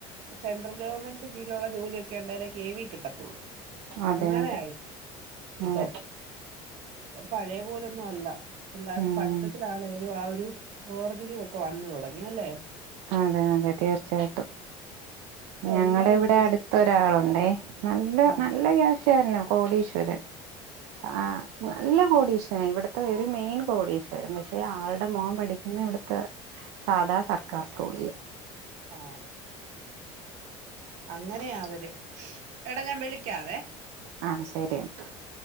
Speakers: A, on the right; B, on the right.
A: സെൻട്രൽ ഗവൺമെന്റ് ജോലിയൊക്കെ ഉണ്ടായാലെ കെ വി കിട്ടത്തുള്ളൂ
B: അതെ
A: അങ്ങനെ
B: അതെ
A: ആയി ഇപ്പം
B: അതെ
A: പഴയ പോലൊന്നും അല്ല പിള്ളേർക്ക്
B: ഉം
A: പഠിത്തത്തില ആണേലും ആ ഒരു വേർതിരിവ് ഒക്കെ വന്ന് തുടങ്ങിയല്ലേ
B: അതെ അതെ തീർച്ചയായിട്ടും
A: ഇപ്പൊ
B: ഞങ്ങടെ
A: എല്ലാം ഒരു
B: ഇവിടെ
A: ബിസ്
B: അടുത്തൊരാളോ എ നല്ല
A: ആഹ്
B: നല്ല ക്യാഷുകാരനാ കോടീശ്വരൻ ആഹ നല്ല കോടി ഇവിടത്തെ ഒരു മെയിൻ കോടീശ്വരൻ പക്ഷെ ആളുടെ മോൻ പഠിക്കുന്നെ ഇവിടുത്തെ സാധാ സർക്ക ക്കാർ സ്കൂളില്
A: ആ അങ്ങനെയാ അവര് എടാ ഞാൻ വിളിക്കാവേ
B: ആ ശരി എന്നാ